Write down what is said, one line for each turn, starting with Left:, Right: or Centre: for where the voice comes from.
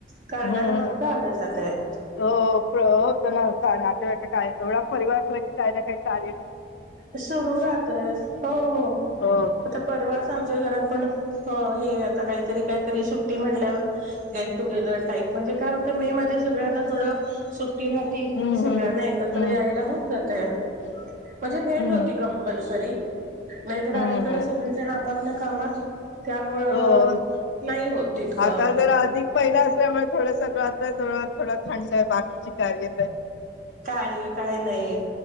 Right: कालणारन
Left: हं.
Right: मग आलं जातय
Left: हो, प्र होत का नातेवाईक काय एवढा परिवार असला की काय ना काय कार्य
Right: सुरू राहतय हो हो
Left: हो, हो,
Right: आता
Left: हो.
Right: परवाच आमच्या घरात पण हो हे आता काहीतरी काहीतरी सुट्टी म्हणल्यावर गेट टुगेदर टाईप म्हणजे काय मे
Left: हं,
Right: मध्ये सगळ्यांना
Left: हं.
Right: थोडं सुट्टी राहती
Left: हं,
Right: सगळ्यांना
Left: हं.
Right: एकत्र
Left: हं,
Right: यायला होऊन जातय ह म्हणजे भेट
Left: हं.
Right: होती कंपल्सरी नाहीतर
Left: हं,
Right: अलीकडे
Left: हं,
Right: सगळेजण
Left: हं.
Right: आपापल्या कामात त्यामुळं
Left: हो.
Right: नाही होत तितकं
Left: आता जर अधिक महिना असल्यामुळे थोडं सगळं आता थोडा थंड आहे बाकी ्य
Right: कार्य काय नाही